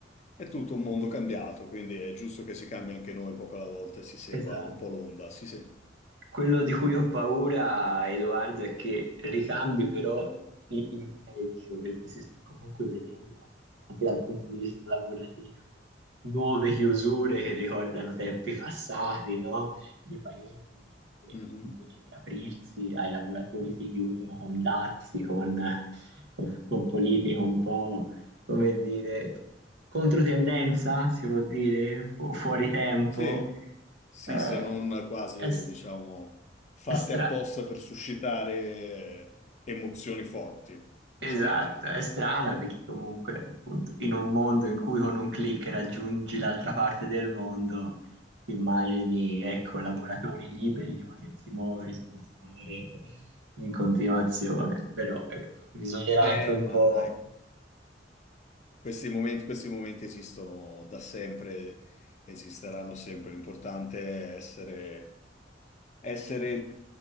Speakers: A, on the left; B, on the right.
A: È tutto un mondo cambiato, quindi è giusto che si cambi anche noi poco alla volta e si segua
B: esatto.
A: un po' l'onda. Sì, sì.
B: Quello di cui ho paura, Edoardo, è che ricambi però i- in peggio, perché si sta comunque vedendo anche dal punto di vista lavorativo nuove chiusure che ricordano tempi passati, no? Di paesi che
A: Mhm.
B: invece di aprirsi ai lavoratori si chiudono con dazi, con, con, con politiche un po', come dire, controtendenza, si può dire, fu- fuori tempo.
A: Sì, sì,
B: Eh,
A: se non quasi,
B: è, s-
A: diciamo, fatte
B: è stra-
A: apposta per suscitare eh, emozioni forti,
B: Esatto,
A: diciamo così.
B: è strana perché comunque appunto in un mondo in cui con un click raggiungi l'altra parte del mondo, immagini, ecco, lavoratori liberi di potersi muovere, spostare in continuazione, però ecco, bisognerà
A: Eh,
B: anche un
A: ma
B: po'...
A: dai. Questi momenti, questi momenti esistono da sempre, esisteranno sempre. L'importante è essere, essere,